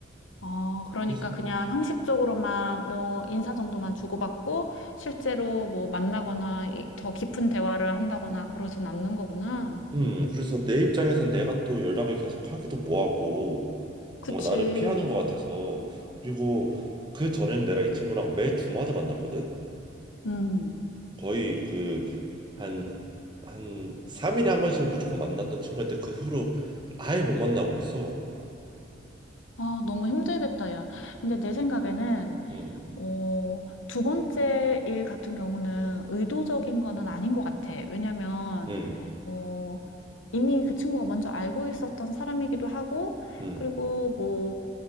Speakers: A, on the left; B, on the right.
A: 어, 그러니까
B: 그래서
A: 그냥 형식적으로만 뭐 인사 정도만 주고받고 실제로 뭐 만나거나 이- 더 깊은 대화를 한다거나 그러진 않는 거구나.
B: 음 그래서 내 입장에선 내가 또 연락을 계속 하기도 뭐하고
A: 그치.
B: 뭔가 나를 피하는 것 같아서 그리고 그 전에는 내가 이 친구랑 매 주마다 만났거든
A: 음.
B: 거의 그 한 한 3일에 한 번씩 무조건 만났던 친구인데 그 후로 아예 못 만나고 있어
A: 아, 너무 힘들겠다, 야. 근데 내 생각에는,
B: 음
A: 어, 두 번째 일 같은 경우는 의도적인 거는 아닌 것 같아. 왜냐면,
B: 음
A: 뭐, 이미 그 친구가 먼저 알고 있었던 사람이기도 하고,
B: 음
A: 그리고 뭐,